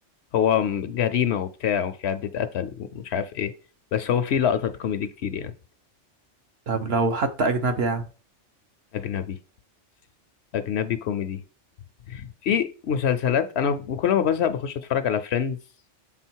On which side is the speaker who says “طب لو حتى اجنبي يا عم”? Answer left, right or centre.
Right